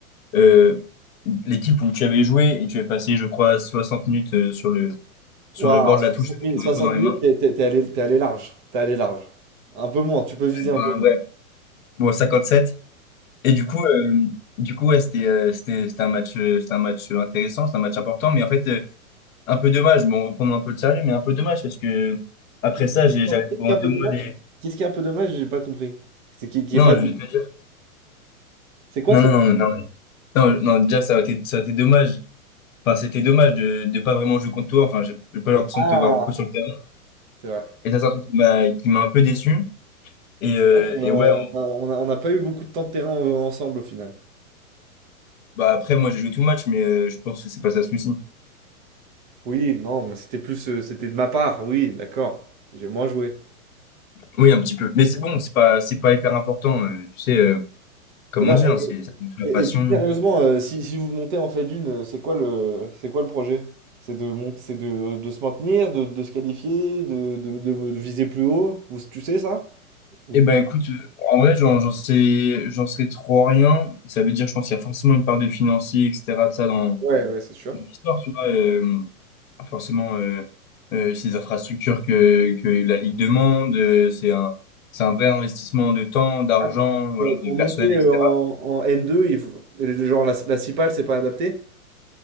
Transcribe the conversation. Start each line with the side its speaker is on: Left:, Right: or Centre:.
Left: euh, l'équipe où tu avais joué et tu avais passé, je crois, 60 minutes euh, sur le, sur
Right: Waouh,
Left: le bord de
Right: 60
Left: la touche avec
Right: minutes,
Left: le drapeau
Right: 60
Left: dans les
Right: minutes,
Left: mains.
Right: t'es t'es- t'es allé, t'es allé large. T'es allé large. Un peu moins, tu peux viser
Left: Enfin,
Right: un peu moins.
Left: bref, bon, 57. Et du coup, euh, du coup, ouais, c'était euh, c'était c'était un match, euh, c'était un match intéressant, c'est un match important, mais en fait, euh, un peu dommage. Bon, reprenons un peu le sérieux, mais un peu dommage parce que après
Right: Qui-
Left: ça,
Right: Qu'est-ce
Left: j'ai
Right: qui
Left: j'arrêté
Right: est un qu'est-ce
Left: pendant
Right: qui est un
Left: deux
Right: peu
Left: mois
Right: dommage?
Left: les.
Right: Qu'est-ce qui est un peu dommage? J'ai pas compris. C'est qui, qui
Left: Non,
Right: est pas. de-
Left: je vais te dire.
Right: C'est quoi?
Left: Non,
Right: C'est
Left: non,
Right: quoi?
Left: non, non, non, non, non, déjà, ça a été, ça a été dommage. Enfin, c'était dommage de de pas vraiment jouer contre toi. Enfin, j'ai j'ai pas l'impression
Right: Ah,
Left: de te voir beaucoup sur le terrain.
Right: c'est vrai.
Left: Et ça, c'est un truc qui m'a qui m'a un peu déçu. Et,
Right: C'est
Left: euh,
Right: vrai qu'on
Left: et
Right: a-
Left: ouais, on-
Right: on a- on n'a pas eu beaucoup de temps de terrain en- ensemble au final.
Left: bah après, moi, j'ai joué tout le match, mais euh, je pense que c'est pas ça le souci.
Right: Oui, non, mais c'était plus, euh, c'était de ma part. Oui, d'accord. J'ai moins joué.
Left: Oui, un petit peu. Mais c'est bon, c'est pas, c'est pas hyper important. euh, tu sais, euh, Comme
Right: Et non,
Left: on dit, hein, c'est ça nous fait la
Right: et, et-
Left: passion.
Right: et plus sérieusement, euh, si, si vous montez en fait d'une, euh, c'est quoi le, c'est quoi le projet? C'est de monter, c'est de, de se maintenir, de, de se qualifier, de, de, de- de viser plus haut. Vous, tu sais ça? Ou-
Left: Eh ben écoute, euh, en vrai, j'en j'en sais, j'en sais trop rien. Ça veut dire, je pense qu'il y a forcément une part de financier, etc. de ça dans
Right: Ouais, ouais, c'est sûr.
Left: l'histoire, tu vois. euh, forcément, euh, euh, ces infrastructures que, que la Ligue demande, euh, c'est un, c'est un vrai investissement de temps, d'argent,
Right: Ah,
Left: voilà,
Right: pour, pour
Left: de personnel,
Right: monter euh,
Left: etc.
Right: en, en n deux, il faut- les- genre la, la CIPAL, c'est pas adapté?